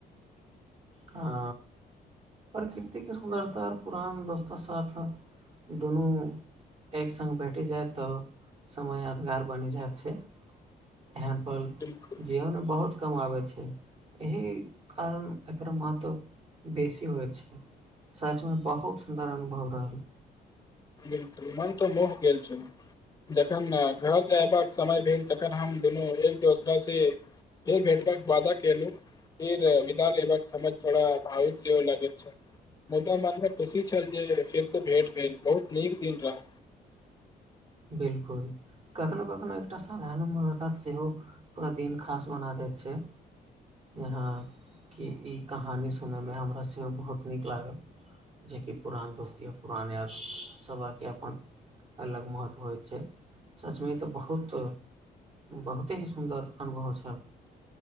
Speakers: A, on the right; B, on the left.
A: हँ प्रकृतिके सुन्दरता और पुरान दोस्तो साथ दुनु एक सङ्ग भेटि जाइ तऽ समय यादगार बनि जाइत छै एहनपल
B: बिल्कुल
A: जीवनमे बहुत कमाबै छै एहि कारण एकर महत्व बेसी होइ छै सचमे बहुत सुन्दर अनुभव रहल
B: बिलकुल मन तऽ मोह गेल छै जखन घर जयबाक समय भेल तखन हम दुनू एक दोसरा से फेर भेटबाक वादा केलहु फेर विधान लेबक समझ छोड़ा भावुक सेवो लगे छै मुदा मन में खुशी छल जे फिर से भेंट भेल बहुत नीक दिन रह
A: बिलकुल कखनो कखनो एकटा साधारण मुलाकात सेहो पूरा दिन खास बना दै छैय हँ कि ई कहानी सुनयमे हमरा सेहो बहुत नीक लागल जेकि पुरान दोस्ती या पुरान आप सभाके अपन अलग महत्व होइ छै सच में ई तऽ बहुत बहुते ही सुन्दर अनुभव छै